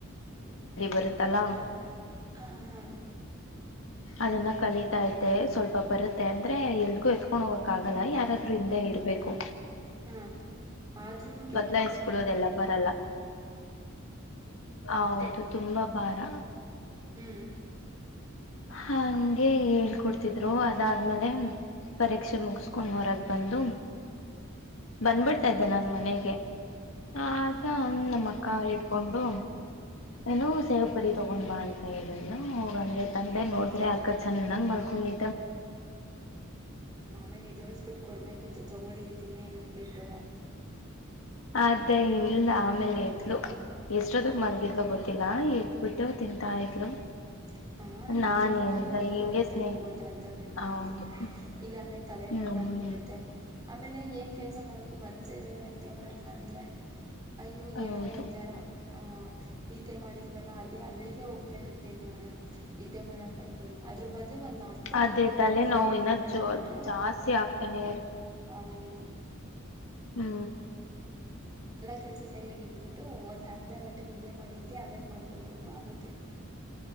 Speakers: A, on the left; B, on the right.
A: ಬರುತ್ತಲ್ಲಾ
B: ಹ್ಮ ಹ ಹಾ ಹಾ
A: ಅದನ್ನ ಕಲಿತಾ ಇದ್ದೆ ಸ್ವಲ್ಪ ಬರುತ್ತೆ ಅಂದ್ರೆ ಎಲ್ಗೂ ಎತ್ಕೊಂಡ್ ಹೋಗಕ್ ಆಗಲ್ಲ ಯಾರಾದ್ರೂ ಹಿಂದೆ ಇರ್ಬೇಕು
B: ಹಾ ಆದ್ರೂನು ಕೇಳ
A: <unintelligible> ಬರಲ್ಲ ಹೌದು ತುಂಬಾ ಹರ
B: ಹ್ಮ್
A: ಹಗೆ ಹೇಳ್ಕೊಡ್ತಿದ್ರು ಅದಾದ್ಮೇಲೆ ಪರೀಕ್ಷೆ ಮುಗಸ್ಕೊಂಡ್ ಹೊರಕ್ ಬಂದು ಬಂದ್ಬಿಡ್ತಾದೆ ನನ್ ಮನೆಗೆ ಹಾ
B: ಹ್ಞೂ
A: ದಾ ನಮ್ಮ ಅಕ್ಕ ಇಟ್ಕೊಂಡು. ಏನೋ ಸೇವ್ ಪುರಿ ತಗೊಂಡ್ ಬಾ ಅಂತ ಹೇಳದ್ಲು ಹೋಗಂಗೆ ತಂದೆ ನೋಡಿದ್ರೆ ಅಕ್ಕ ಚೆನ್ನಾಗ್ ಮಲ್ಕೊಂಡಿ
B: ಮಾಮಗ ಎದ್ದೇಳ <unintelligible> ಕೊಡ್ಬೇಕಿತ್ತು ತಗೊಳ್ಳಿ ತಿನ್ನಿ ಅಂದಬಿಟ್ಟು.
A: ಅದೆ ಇಲ್ಲ ಆಮೇಲ ಎದ್ಲು. ಎಷ್ಟೊತಕ್ ಮಲ್ಗಿದ್ಲು ಗೊತ್ತಿಲ್ಲಾ ಎದ್ಬಿಟ್ಟು ತಿಂತಾ ಇದ್ಲು.
B: <inaudible> ಹ ನಿದ್ದೆ
A: ನಾನೇನಿಲ್ಲ
B: ಬಂದಾಗ ಮಲ್ಕೊನ್
A: ಹಿಂಗೆ
B: ಬಿಡ್ಬೇಕು
A: ಸ್ನೇಹ
B: ಒಂದ್ ಅರ್ಧ ಗಂಟೆ
A: ಹೌದು
B: ಆದ್ರುನು ಇಲ್ಲ ಅಂದ್ರೆ ತಲೆನೋವು
A: ಹ್ಮ್ ಹ್ಮ್
B: ಬಂದ. ಬಿಡುತ್ತೆ ಆಮೇಲೆ ಏನ್ ಕೆಲ ಕಸ ಮಾಡಕು ಮನ್ಸೇ ಇರಲ್ಲ ನಿದ್ದೆ ಮಾಡಿಲ್ಲ ಅಂದ್ರೆ ಅಯ್ಯೋ
A: ಹೌದು
B: ಏನೋ ಒಂತಾರ. ಹ ನಿದ್ದೆ ಮಾಡಿಲ್ವಲ್ಲ ಅದೇ ಅಲ್ಲಿಗೆ ಹೋಗ್ತಾ ಇರ್ ತ್ತೆ ದ್ಯಾನ ನಿದ್ದೆ ಮಾಡೋ ಕಡೆಗೇನೆ ಏನೆ ಅದ್ರ ಬದ್ಲು ಒಂದ ದು ಅರ್ಧ
A: ಅದೇ
B: ಗಂಟೆ ಆದ್ರು
A: ತಲೆ
B: ನೆಮ್ಮದಿಯಾಗಿ
A: ನೋವು
B: ನಿದ್ರೆ
A: ಇನ್ನ
B: ಮಾಡ್ಬಟ್ರೆ
A: ಜೋ ಜಾಸ್ತಿ ಆಗ್ತಾನೆ
B: ಹೌದು.
A: ಹ್ಮ
B: ಕೆಲ್ಸ ಸೈಡ್ಗೆ ಇಟ್ಬಿಟ್ಟು ಒಂದ್ ಅರ್ಧ ಗಂಟೆ ನಿದ್ದೆ ಮಾಡೇದ್ದಿ ಆಮೇಲೆ ಮಾಡ್ಕೊಂಡ್ರುನು ಆಗತ್ತೆ. <inaudible>